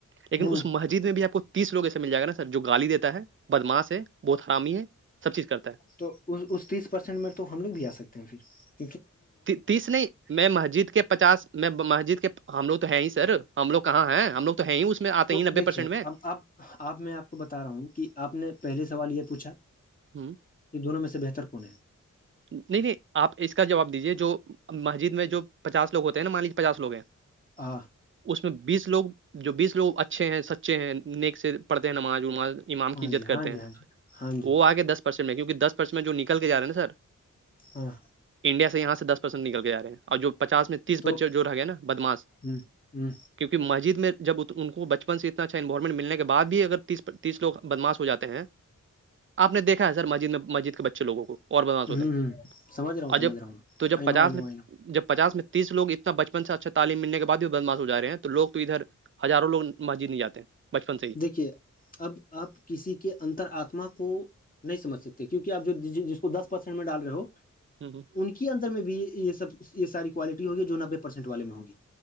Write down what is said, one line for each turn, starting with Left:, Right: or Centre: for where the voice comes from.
Right: لیکن
Left: ہ
Right: اس مسجد میں بھی آپ کو تیس لوگ ایسے مل جائے گ نا سر جو گالی دیتا ہے بدماس سے بہت حرامی ہے سب چیز کرتا ہے
Left: تو اس تیس پرسینٹ میں تو ہم لوگ بھی آ سکتے ہیں اھر
Right: تیس نہیں میں مسجد کے پچاس میں مسجد کے ہم لوگ تو ہیں ہی سر ہم لوگ کہاں ہیں ہم لوگ ہیں ہی اس میں آتے
Left: تو
Right: ہی نبے
Left: دیکھیے
Right: پرسینٹ میں
Left: اب آب اب میں آپ کو بتا رہا ہوں کہ آپ نے پہلے سوال یہ پوچھا
Right: ہوں
Left: کہ دونوں میں سے بہتر کون ہے
Right: نہیں نہیں آپ اس کا جواب دیجیے جو مسجد میں جو پچاسوگ ہوتے ہیں نا مانی لیجے پچاس لوگ ہیں
Left: آ
Right: اس میں بیس لوگ جو بیس لوگ اچھے ہیں سچے ہیں نیک سے پڑھتے ہیں نماز وماز امام
Left: ہاں
Right: کی عزت
Left: جی ہاں
Right: کرتے
Left: جی
Right: ہیں
Left: ہاں جی ہاں جی
Right: وہ آ کےے دس پرسینٹ میں کیونکہ دس پرسینٹ میں جو نکل کے جا رہے ہیں نا سر
Left: ہاں
Right: انڈیا سے یہاں سے دس پرسینٹ نکل کے ج رہے ہیں اور جو پچاس تیس
Left: تو
Right: پچے جوور ہے گیا نا بدماس
Left: ہ ہ
Right: کیونکہ مسجد میں جب ان کو بچپن سے اتنا اچھا انوارومٹ ملنے کے بعد اگریس تیسوگ بدماش ہو جاتے ہیں آپ نے دیکھا ہے سر مسجد میں مسجد کے بچے لوگوں کو اور بدماش
Left: ہوں
Right: ہوتے ہیں
Left: ہ سمجھ رہا ہوں
Right: اور
Left: سمجھ
Right: جب
Left: رہا ہوں
Right: تو جب
Left: آئی
Right: پچاس
Left: نو آئی نو
Right: میں
Left: آئی نو
Right: جب پچاس میں تیس لوگ ا بچپن سے اچھا تعلیم ملنے بعد بھی بدما ہوا رہے ہیں لوگ تو ادھر ہزاروں لوگ مسجد نہیں جاتے ہیں بچپن سے ہی
Left: دیکھیے اب آپ کسی کے انتر آتما کو نہیں سمج سکتے کیوںک آپ جو جس کو دس پرسینٹ میں ڈال رہے ہو
Right: ہوں ہوں
Left: ان کے اندر میں بھی یہ سب یہ ساری کوالٹی ہوگی جو نبے پرسینٹ والے میں ہوگی